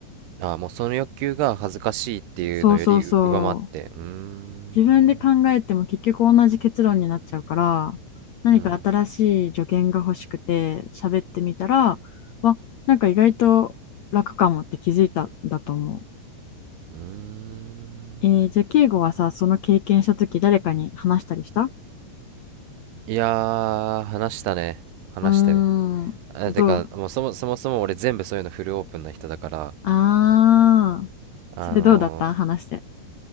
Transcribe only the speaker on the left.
そうそうそう自分で考えても結局同じ結論になっちゃうから何か新しい助言が欲しくて喋ってみたらわなんか意外と楽かもって気づいたんだと思う
えーじゃあ敬語はさその経験した時誰かに話したりした
うーんでどう
ああ、
それどうだった話して。